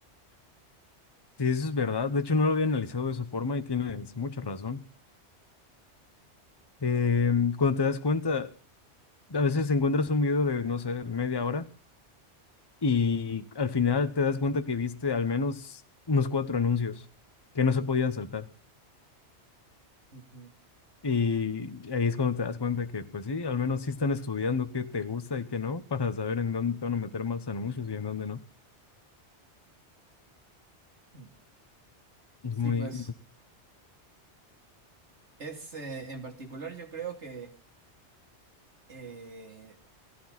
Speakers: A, on the left; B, on the right.
A: Sí, eso es verdad. De hecho, no lo había analizado de esa forma y tienes mucha razón. Eh, cuando te das cuenta, a veces encuentras un video de, no sé, media hora y al final te das cuenta que viste al menos unos cuatro anuncios que no se podían saltar.
B: Ujú.
A: Y ahí es cuando te das cuenta que, pues sí, al menos sí están estudiando qué te gusta y qué no, para saber en dónde te van a meter más anuncios y en dónde no.
B: Mm.
A: Es
B: Sí,
A: muy,
B: pues
A: muy-
B: es eh, en particular yo creo que eh,